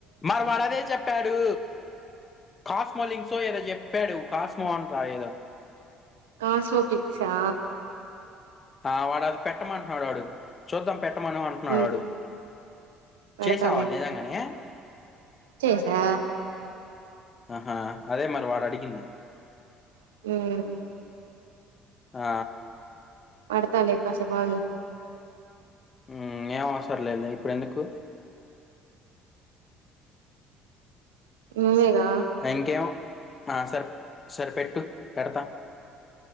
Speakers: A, on the left; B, on the right.
A: మర్ వాడు అదే చెప్పాడు కాస్మలింగ్సో ఏదో చెప్పాడు కాస్ స్మోంట్రా ఏదో
B: కాస్మో కిక్సా
A: ఆ వాడు అది పెట్టమంటున్నాడు ఆడు చూద్దాం పెట్టమని అంటున్నాడు,
B: ఉమ్
A: ఆడు
B: పెడతాలే
A: చేసావా నిజంగానే
B: చేసా
A: ఆహా అదే మరి వాడు అడిగింది.
B: మ్
A: ఆ
B: పడతాలే కాసేప్ అగిగ
A: మ్ ఏం అవసరం లేదులే ఇప్పుడెందుకు
B: నువేగా
A: ఇంకేం ఆ సర్ సరే పెట్టు పెడతాం